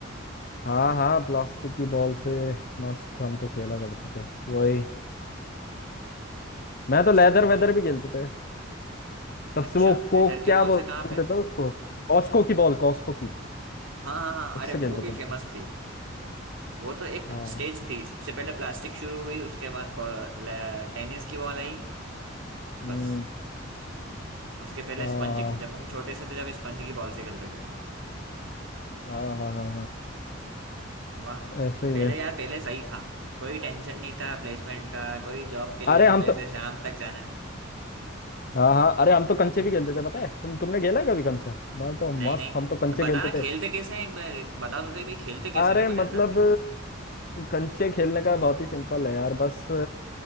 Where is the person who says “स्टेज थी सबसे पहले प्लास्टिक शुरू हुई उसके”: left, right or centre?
Right